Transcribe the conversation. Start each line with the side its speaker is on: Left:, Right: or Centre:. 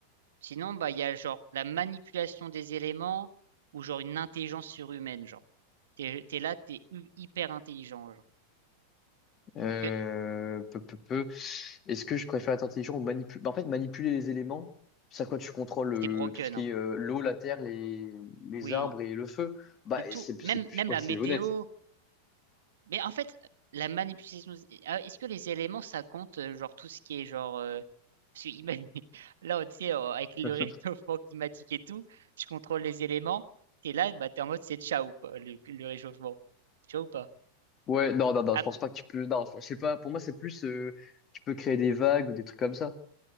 Right: Sinon, bah, il y a genre la manipulation des éléments ou genre une intelligence surhumaine, genre. T'es, t'es là, t'es hu- hyper intelligent, genre.
Left: Euh,
Right: Parce que
Left: peu, peu, peu. Est-ce que je préfère être intelligent ou manipuler? en fait, manipuler les éléments, c'est à quoi tu contrôles euh,
Right: t'es broken,
Left: tout ce qui
Right: hein.
Left: est euh, l'eau, la terre, les, les
Right: Oui.
Left: arbres et le feu. Bah,
Right: Mais tout,
Left: et c'est,
Right: même,
Left: c'est,
Right: même
Left: ouais,
Right: la
Left: c'est
Right: météo.
Left: honnête.
Right: Mais en fait, la manipulation, ah, est-ce que les éléments, ça compte, euh, genre tout ce qui est genre... euh, parce que imagine- <laughs> là, on- tu sais, euh, avec le
Left: <laughs>
Right: <laughs> réchauffement climatique et tout, je contrôle les éléments, t'es là, bah, t'es en mode c'est ciao, quoi, le, le réchauffement. Tu vois ou pas?
Left: Ouais, non, non, non,
Right: Ah,
Left: je pense pas que tu peux. Non, je sais pas. Pour moi, c'est plus euh, tu peux créer des vagues ou des trucs comme ça.